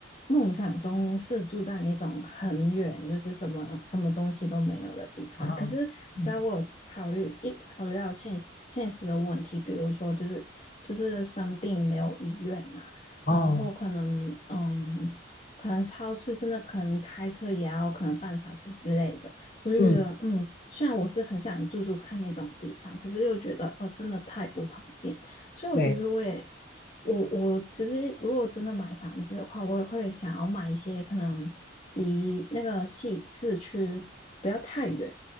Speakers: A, on the left; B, on the left.
A: 梦想中是住在那种很远，就是什么什么东西都没有的地方，
B: 嗯嗯
A: 可是只要我考虑一考虑到现实现实的问题，比如说就是就是生病没有医院呐，
B: 哦
A: 然后可能嗯，可能超市真的可能开车也要可能半小时之类的，我就觉得嗯，
B: 嗯
A: 虽然我是很想住住看那种地方，可是又觉得哦，真的太不方便。所以我其实我也
B: 对
A: 我我其实如果真的买房子的话，我也会想要买一些可能离那个市市区不要太远，